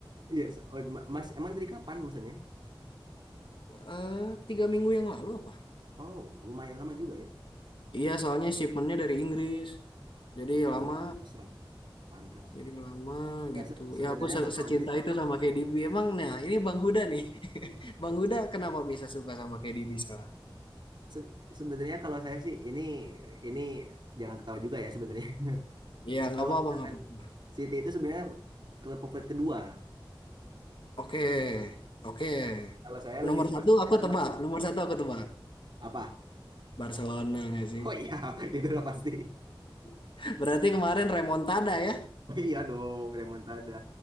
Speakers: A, on the right; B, on the left.
A: Iya, se- oh, ma- Mas emang dari kapan maksudnya?
B: eh, tiga minggu yang lalu apa
A: Oh lumayan lama juga ya.
B: iya soalnya shipmentnya dari Inggris jadi
A: Oh,
B: lama
A: pantas lah. Pantas.
B: jadi lama
A: Nggak,
B: gitu
A: se- sebenarnya
B: ya aku se-
A: kalau
B: secinta
A: mis-
B: itu sama KDB emang nah ini Bang Huda nih <laughs> Bang Huda kenapa bisa suka sama KDB sekarang
A: se- sebenarnya kalau saya sih ini ini jangan ketawa juga ya sebenarnya. <laughs>
B: iya nggak
A: Kalau
B: apa-apa
A: misalkan
B: nggak apa-apa
A: City itu sebenarnya klub favorit kedua.
B: oke oke
A: Kalau saya lebih
B: nomor
A: suka
B: satu
A: sebenarnya
B: aku
A: sama
B: tebak
A: ini.
B: nomor satu aku tebak
A: Apa?
B: Barcelona nggak sih
A: Oh iya, <laughs> itu udah pasti. <laughs>
B: <laughs> berarti kemarin remontada ya
A: Oh iya dong, remontada.